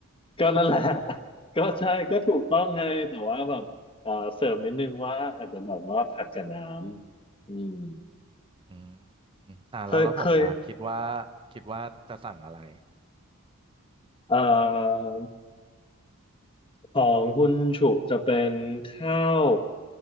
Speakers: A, on the left (about 25°); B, on the right (about 25°).
A: ก็นั่นแหละ <laughs> ก็ใช่ก็ถูกต้องไงแต่ว่าแบบเอ่อเสริมนิดนึงว่าอาจจะแบบว่าผัดกับน้ำอืม
B: อืมอ่าแล้วแล้วผมล่ะคิดว่า
A: เคยเคย
B: คิดว่าจะสั่งอะไร
A: เอ่อของคุณฉุจะเป็นข้าว